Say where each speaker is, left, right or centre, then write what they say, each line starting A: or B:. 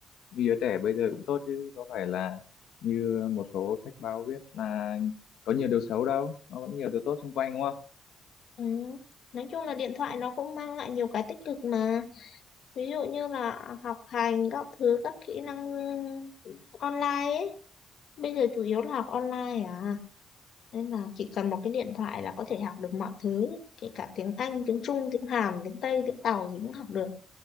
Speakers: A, on the left; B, on the left.
A: như đứa trẻ bây giờ cũng tốt chứ có phải là như một số sách báo viết là có nhiều điều xấu đâu, nó vẫn nhiều điều tốt xung quanh đúng không?
B: Ừ. Nói chung là điện thoại nó cũng mang lại nhiều cái tích cực mà ví dụ như là học hành các thứ các kỹ năng online ấy bây giờ chủ yếu là học online à nên là chỉ cần một cái điện thoại là có thể học được mọi thứ kể cả tiếng Anh tiếng Trung tiếng Hàn tiếng Tây tiếng Tàu gì cũng học được